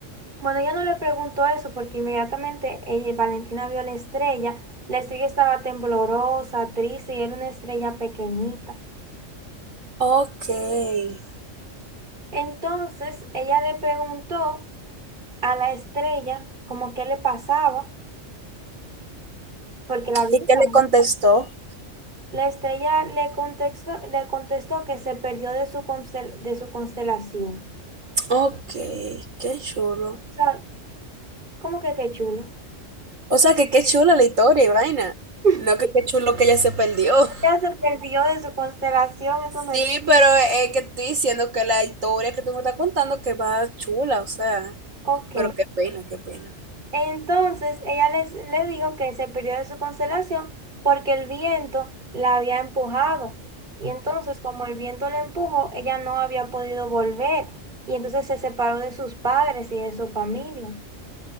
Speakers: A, on the right; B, on the right.
A: Bueno, ella no le preguntó eso porque inmediatamente ella, Valentina vio a la estrella. La estrella estaba temblorosa, triste y era una estrella pequeñita.
B: Ok. ¿Y
A: Entonces ella le preguntó a la estrella como qué le pasaba porque la vio.
B: qué le
A: ¿no?
B: contestó?
A: La estrella le contestó, le contestó que se perdió de su, constel- de su constelación.
B: Ok, qué chulo.
A: O sea, ¿cómo que qué chulo?
B: O sea, que qué chula la historia y vaina.
A: <laughs>
B: No, que qué chulo que ella se perdió.
A: Ella se perdió de su constelación, eso
B: Sí,
A: no es...
B: pero es que estoy diciendo que la historia que tú me estás contando que va chula, o sea,
A: Ok.
B: pero qué pena, qué pena.
A: Entonces ella les, le dijo que se perdió de su constelación porque el viento la había empujado. Y entonces, como el viento la empujó, ella no había podido volver. Y entonces se separó de sus padres y de su familia.